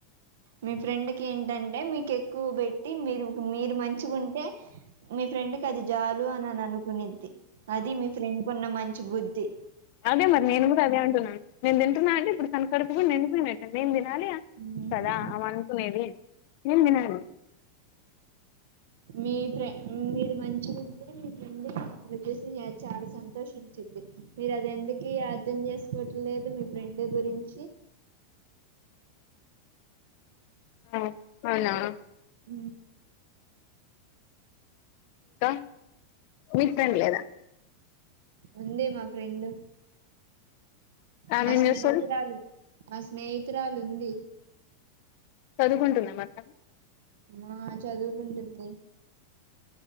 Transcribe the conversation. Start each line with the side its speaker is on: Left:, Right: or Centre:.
Right: మీ ఫ్రెండ్ కి ఏంటంటే మీకు ఎక్కువ పెట్టి మీరు మీరు మంచుగుంటే మీ ఫ్రెండ్ క అది చాలు అని అని అనుకునిద్ది అది మీ ఫ్రెండ్ కున్న మంచి బుద్ధి
Left: అదే మరి నేను కూడా అదే అంటున్నాను నేను తింటున్నా అంటే ఇప్పుడు తన కడుపు కూడా నిండిపోయినట్టె నేను తినాలి
Right: ఉమ్
Left: కదా అవ అనుకునేది నేన్ తినేది
Right: మీ ఫ్రె మీరు మంచిగా ఉంటే మీకు చేసి చాలా సంతోషించ చ్చిద్ది మీర అది ఎందుకి అర్థం చేసుకోవట్లేదు మీ ఫ్రెండ్ గురించి
Left: ఆ అవునా
Right: అ
Left: కా మీకు ఫ్రెండ్ లేదా
Right: ఉంది మా ఫ్రెండ్
Left: ఆమె
Right: మా
Left: ఏం
Right: స్నేహితురాలు
Left: చేస్తది
Right: మా స్నేహితురాలుంది
Left: చదువుకుంటుందమాట
Right: ఆ చదువుకుంటుంది